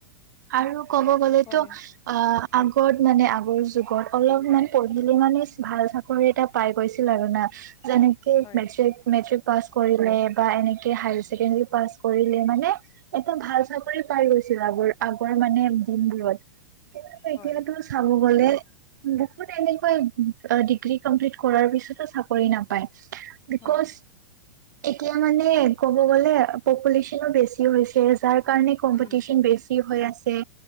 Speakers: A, on the right; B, on the left.
A: আৰু ক'ব গলেতো
B: হয়
A: অ' আগত মানে আগৰ যুগত অলপমান পঢ়িলে মানে ভাল চাকৰি এটা পাই গৈছিল আৰু না। যেনেকে
B: হয়
A: মেট্ৰিক-মেট্ৰিক। পাছ কৰিলে বা এনেকে হায়াৰ ছেকেণ্ডাৰী পাছ কৰিলে মানে এটা ভাল চাকৰি পাই গৈ ছিলে, আগৰ আগৰ মানে দিনবোৰত কিন্তু
B: হয়
A: এতিয়াতো চাব গলে বহুত এনেকৈ ডিগ্ৰী কমপ্লিট কৰাৰ পিছতো চাকৰি নাপায়। বিকজ
B: হয়
A: এতিয়া মানে ক'ব গলে পপুলেশচনো বেছি হৈছে, যাৰ কাৰণে কম্পিটিচন
B: উম
A: বেছি। হৈ আছে